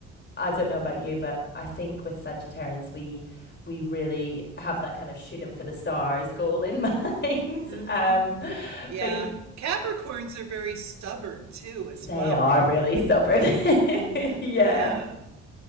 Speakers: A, on the left; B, on the right.
A: I don't know about you, but I think with Sagittarians we we really have that kind of shoot 'em for the stars goal in mind. <laughs>
B: hmm
A: um,
B: Yeah.
A: but
B: Capricorns are very stubborn too, as
A: They
B: well.
A: are really stubborn. <laughs>
B: hmm
A: yeah.
B: Yeah.